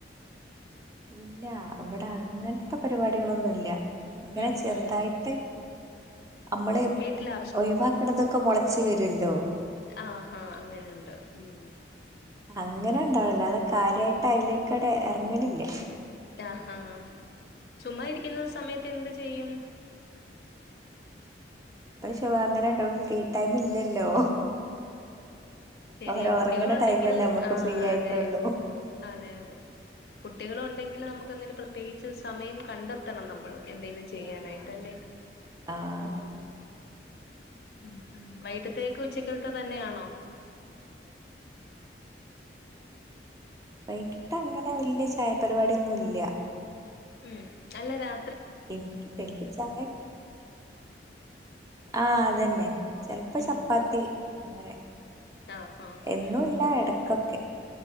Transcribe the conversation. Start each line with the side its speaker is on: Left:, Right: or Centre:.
Right: ഇല്ല ഇവ്ടെഅങ്ങൻത്തെപരിപാടികളൊന്നുംല്ല ഇങ്ങനെചെറ്തായിട്ട്
Left: ഉം ഉം
Right: അമ്മള്
Left: വീട്ടിലെ
Right: ഒഴിവാക്ക്ണതൊക്കെ മൊള ച്ച് വരുവല്ലോ
Left: ആഹ് ഹാ അങ്ങനണ്ട് ഉം
Right: അങ്ങനെ ഒണ്ടാവില്ല അത് കാര്യായിട്ട് അയിലേക്കടെ എറങ്ങല്ലില്ല
Left: ആഹ് ചുമ്മാ ഇരിക്കുന്ന സമയത്ത് എന്ത് ചെയ്യും?
Right: ഐശോ അങ്ങനെട്ടോ ഫ്രീ ടൈം ഇല്ലല്ലോ
Left: ശെരിയാ
Right: അവര്
Left: കുട്ടികളുണ്ടെങ്കിൽ
Right: ഉറങ്ങണ ടൈമല്ലേ നമ്മുക്ക്
Left: ആഹ്
Right: ഫ്രീ ആയിട്ടുള്ളൂ
Left: അതെ അതെ അതെ കുട്ടികളൊണ്ടെങ്കില് നമുക്ക് അങ്ങനെ പ്രത്യേകിച്ച് സമയം കണ്ടെത്തണം നമ്മള് എന്തെലും ചെയ്യാനായിട്ടല്ലേ
Right: ആഹ് ആഹ്
Left: ഉം
Right: അതെ
Left: ഉം ഉം ഉം വൈട്ടത്തെക്കു ഉച്ചക്കൽത്ത തന്നെയാണോ
Right: വൈകിട്ട് അങ്ങനെ വല്ല്യ ചായപരിപാടിയൊന്നും ഇല്ല
Left: ഉം അല്ല രാ
Right: എനിക്കിട്ട് എനിക്ക് ചായക്ക ആ അതന്നെ ചെലപ്പ
Left: ഉം
Right: ചപ്പാത്തി
Left: ഉം
Right: അങ്ങനെ
Left: ആഹ് ആഹ്
Right: എന്നുല്ല
Left: ഉം
Right: എടക്കൊക്കെ